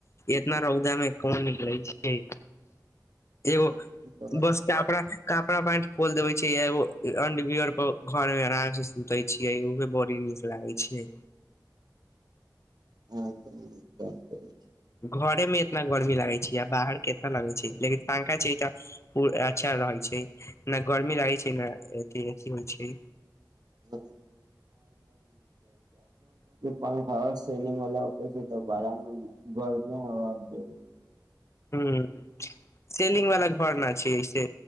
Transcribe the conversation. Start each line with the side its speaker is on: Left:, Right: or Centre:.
Left: इतना रौदा मे कोन निकलै छै एओ
Right: ई त बात
Left: बसके अपना कपड़ा पेंट खोल देबय छिय एगो अडंबियर पर घर में आराम से सुते छियै उहे बड़ी नीक लागै छै
Right: ह करै
Left: घरे में इतना गर्मी लागे छै छिय बाहर केतना लागे छिय लेकिन पंखा छै तऽ अच्छा रहै छै नहि गर्मी लागै छै ने अथि होइ छै
Right: हँ पंखा सेलिंग वाला होयत छै त बड़ा गरमे हवा छै
Left: ह्म सेलिंग वाला घर न छै से